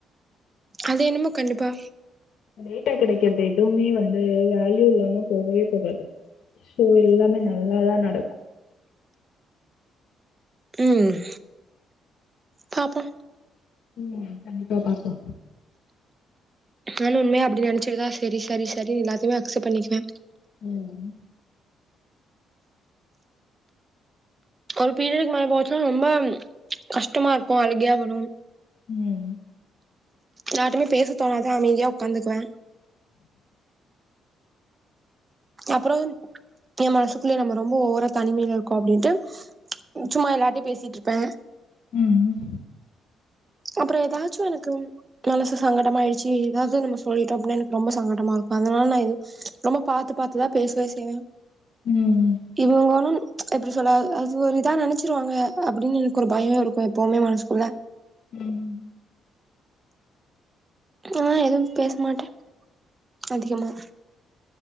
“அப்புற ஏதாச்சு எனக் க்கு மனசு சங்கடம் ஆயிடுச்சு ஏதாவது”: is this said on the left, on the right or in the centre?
Right